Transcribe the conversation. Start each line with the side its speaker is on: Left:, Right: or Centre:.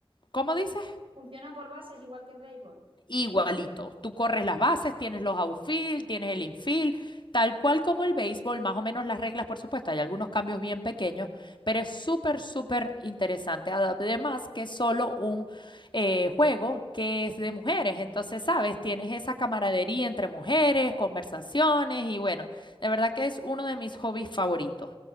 Left: ¿cómo dices?
Right: funciona por bases igual que el béisbol.
Left: Igualito. Tú corres las bases, tienes los outfield, tienes el infield, tal cual como el béisbol, más o menos las reglas, por supuesto, hay algunos cambios bien pequeños, pero es súper, súper interesante. Además que es solo un eh, juego que es de mujeres, entonces, sabes, tienes esa camaradería entre mujeres, conversaciones y bueno, de verdad que es uno de mis hobbies favoritos.